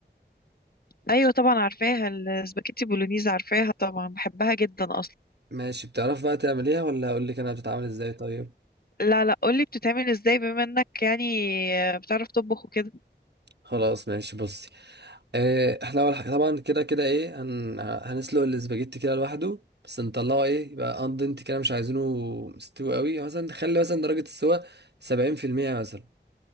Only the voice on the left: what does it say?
ايوه طبعا عارفاها السباكيتي بولونيز عارفاها طبعا بحبها جدا اصلا
لا لا قولي بتتعمل ازاي بما انك يعني بتعرف تطبخ وكده